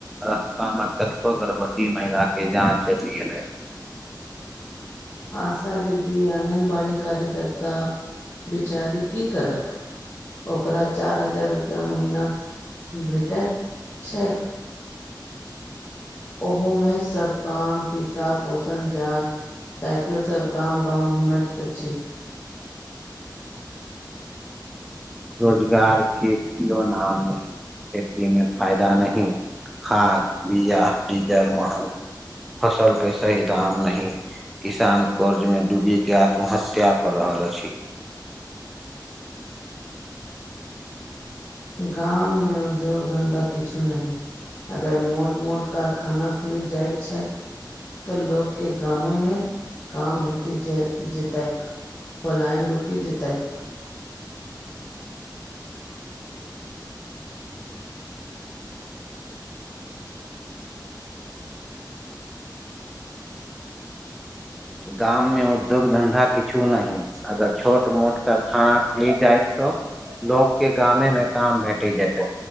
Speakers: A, in the centre; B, on the left.
A: रस्ता मे छको गर्भवती महिला के जाँच जल गेले
B: आशा दीदी आङगनबाड़ी कार्यकर्ता बिचारी की करत ओकरा चार हजार रुपआ महीना भेटैत छैक ओहोमे सब काम टीका पोषण जाँच साइकिल सब गाम गाँव घूमैत अछि
A: रोजगारके लोन आाम नहि खेती मे फायदा नही खाद बीया डीजल महल फसल के सही दाम नहि किसान कर्ज में डूबी के आत्महत्या कर रहल अछि।
B: गाममे उद्योग धन्धा किछो नहि। अगर मोट- मोट कारखाना खुलि जाइत छैय। तऽ लोक के गााममे मे काम भेटि जाइत जतैक। पलायन रुकि जेतैक।
A: गाम मे उद्योग धन्धा किछु नहि। अगर छोट मोट कारखाना खुलि जाय तऽ। लोक के गामे मे काम भेटि जेतै